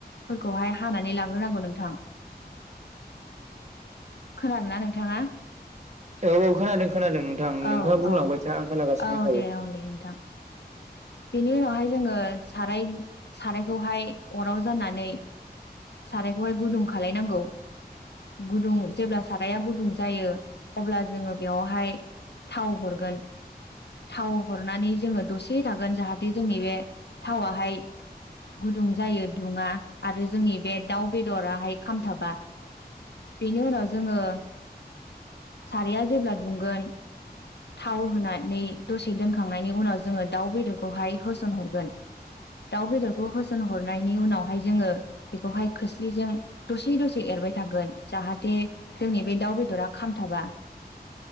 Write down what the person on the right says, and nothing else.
औ औ खोनादों खोनादों नोंथां नोंथाङा
बुंलांबाय
था आं खोनागासिनो
दंखायो